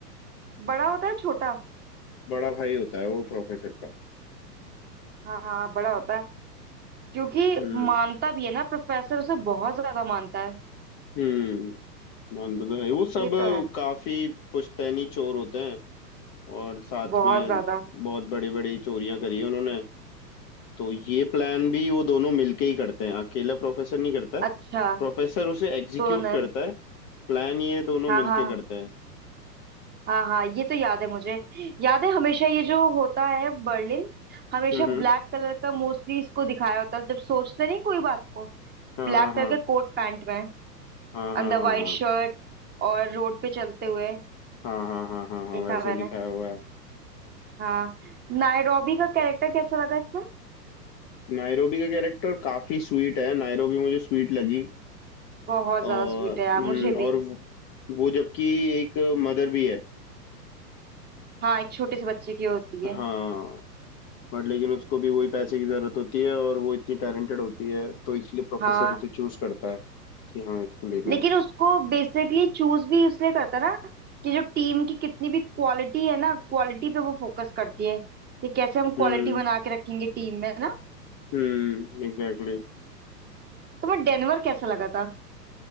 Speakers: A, on the right; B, on the left.
A: बड़ा होता है छोटा
B: बड़ा भाई होता है वो प्रोफेसर का
A: हाँ हाँ, बड़ा होता है क्योंकि
B: हम्म
A: मानता भी है ना प्रोफेसर उसे बहुत ज्यादा मानता है
B: हम्म मानता तो है वो सब
A: ये तो है
B: काफी पुश्तैनी चोर होते हैं और साथ
A: बहुत
B: में
A: ज्यादा
B: बहुत बड़ी बड़ी चोरियां करी है उन्होंने तो ये प्लान भी वो दोनों मिलके ही करते हैं अकेला प्रोफेसर नहीं करता है
A: अच्छा
B: प्रोफेसर उसे एग्जीक्यूट
A: दोनों
B: करता है प्लान ये दोनों
A: हाँ
B: मिलके
A: हाँ
B: करते हैं
A: हाँ हाँ ये तो याद है मुझे याद है हमेशा ये जो होता है बर्लिन हमेशा
B: हम्म
A: ब्लैक
B: हम्म,
A: कलर का मोस्टली इसको दिखाया होता है जब सोचते नहीं कोई बात को
B: हाँ
A: ब्लैक
B: हाँ हाँ
A: कलर के कोट पैंट में
B: हाँ
A: अंदर
B: हाँ
A: वाइट
B: हाँ
A: शर्ट और रोड पे चलते हुए
B: हाँ हाँ हाँ हाँ हाँ हाँ
A: देखा
B: वैसे
A: मैंने
B: दिखाया हुआ है
A: हाँ नायरोबी का कैरेक्टर कैसा लगा इसमें
B: नायरोबी का कैरेक्टर काफी स्वीट है नायरोबी मुझे स्वीट लगी
A: बहुत
B: और
A: ज्यादा स्वीट है यार
B: हम्म,
A: मुझे भी
B: और वो वो जबकि एक मदर भी है
A: हाँ एक छोटे से बच्चे की होती है
B: हाँ बट लेकिन उसको भी वही पैसे की जरूरत होती है और वो इतनी टैलेंटेड होती है तो इसलिए प्रोफेसर
A: हाँ
B: उसे चूज करता है कि हाँ इसको लेना
A: लेकिन
B: है
A: उसको बेसिकली चूज भी इसलिए करता है ना कि जो टीम की कितनी भी क्वालिटी है ना क्वालिटी पे वो फोकस करती है कि कैसे हम
B: हम्म
A: क्वालिटी बना के रखेंगे टीम में ना
B: हम्म एग्जैक्टली
A: तो मैं डेनवर कैसा लगा था